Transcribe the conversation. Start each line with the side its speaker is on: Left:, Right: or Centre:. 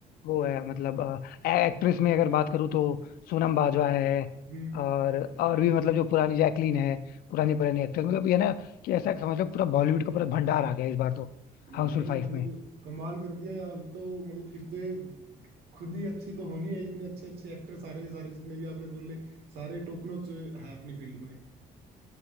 Left: वो है मतलब एक्ट्रेस में अगर बात करूँ तो सोनम बाजवा है
Right: हम्म
Left: और और भी मतलब जो पुरानी जैकलीन है पुरानी
Right: हम्म
Left: पुरानी एक्ट्रेस मतलब ये ना कि ऐसा समझ लो पूरा बॉलीवुड का पूरा भंडार आ गया इस बार तो हाउसफुल
Right: यार
Left: फाइव
Right: मतलब
Left: में
Right: कमाल कर दिया यार, अब तो मतलब फिर तो ये खुद ही अच्छी तो होनी है इतने अच्छे अच्छे एक्टर सारे सारे जितने भी आपने बोले सारे टॉप नॉच है अपनी फील्ड में